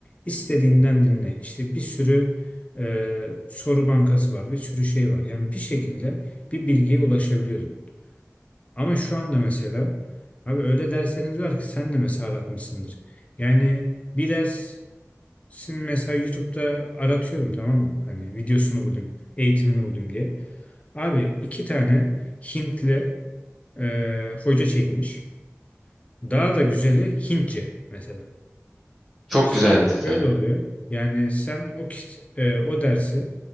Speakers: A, on the left; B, in the centre.
A: İstediğinden dinle. İşte bir sürü e, soru bankası var, bir sürü şey var. Yani bir şekilde bir bilgiye ulaşabiliyordum. Ama şu anda mesela abi öyle dersleriniz var ki sen de mesela aratmışsındır. Yani bir dersin mesela YouTube'da aratıyorum tamam mı? Hani videosunu bulayım, eğitimini bulayım diye. Abi iki tane Hintli e, hoca çekmiş. Daha da güzeli Hintçe mesela.
B: Çok
A: Şimdi
B: güzel bir detay.
A: şöyle oluyor. Yani sen o kit, e, o dersi